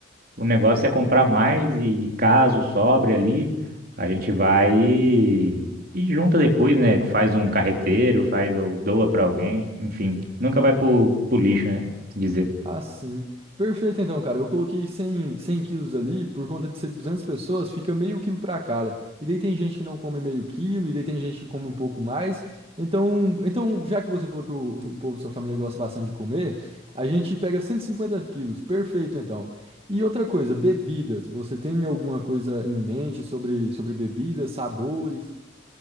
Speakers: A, on the right; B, on the right.
A: o negócio é comprar mais e caso sobre ali, a gente vai e, e junta depois, né? Faz um carreteiro, faz ou doa pra alguém, enfim. Nunca vai pro, pro lixo, né? se Dizer.
B: Ah, sim. Perfeito, então, cara. Eu coloquei cem, 100 quilos ali, por conta de ser 200 pessoas, fica meio quilo para cada. E daí tem gente que não come meio quilo, e daí tem gente que come um pouco mais. Então, então já que você falou que o, o povo da sua família gosta bastante de comer, a gente pega 150 quilos. Perfeito, então. E outra coisa, bebidas. Você tem alguma coisa em mente sobre, sobre bebidas, sabores?